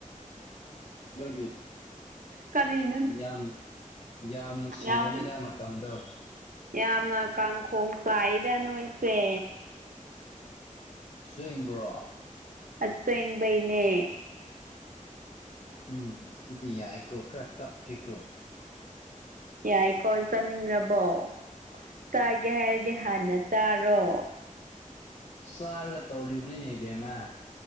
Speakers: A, on the left (about 55°); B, on the right (about 85°).
A: ꯑꯗꯨꯒꯤ
B: ꯀꯔꯤ
A: ꯌꯥꯝ ꯌꯥꯝ ꯅꯨꯡꯁꯤꯕꯅꯤꯗ
B: ꯌꯥꯝ
A: ꯃꯇꯝꯗꯣ
B: ꯌꯥꯝꯅ ꯀꯥꯡꯈꯣꯡ ꯆꯥꯏꯗ ꯅꯣꯏꯁꯦ
A: ꯁꯦꯡꯕ꯭ꯔꯣ
B: ꯑꯁꯦꯡꯕꯩꯅꯦ
A: ꯎꯝ ꯑꯗꯨꯗꯤ ꯌꯥꯏ ꯀꯣ ꯈꯔ ꯇꯞꯀꯦ ꯀꯣ
B: ꯌꯥꯏꯀꯣ ꯆꯥꯅꯤꯡꯉꯕꯣ ꯆꯥꯒꯦ ꯍꯥꯏꯔꯗꯤ ꯍꯥꯟꯅ ꯆꯥꯔꯣ
A: ꯆꯥꯔꯒ ꯇꯧꯔꯤꯕꯅꯤꯅꯦ ꯏꯕꯦꯝꯃ